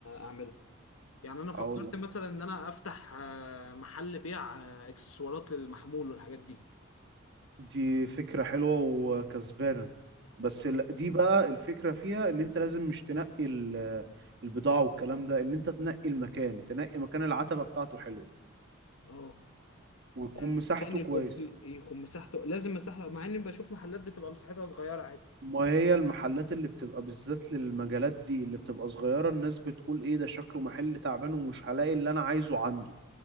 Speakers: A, on the left (about 90°); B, on the right (about 55°).
A: اعمله يعني انا فكرت
B: اقول لك
A: مثلا ان انا افتح آه، محل بيع آه، اكسسوارات للمحمول والحاجات دي
B: دي فكرة حلوة وكسبانة بس
A: امم
B: ال- دي بقى الفكرة فيها ان انت لازم مش تنقي ال- البضاعة والكلام ده ان انت تنقي المكان تنقي مكان العتبة بتاعته حلوة
A: اه
B: ويكون
A: يعني
B: مساحته
A: مكان يكون
B: كويسة
A: فيه يكون مساحته لازم مساحة مع اني بشوف محلات بتبقى مساحتها صغيرة عادي
B: ما هي المحلات اللي بتبقى بالذات للمجالات دي اللي بتبقى صغيرة الناس بتقول ايه ده شكله محل تعبان ومش هلاقي اللي انا عايزه عنده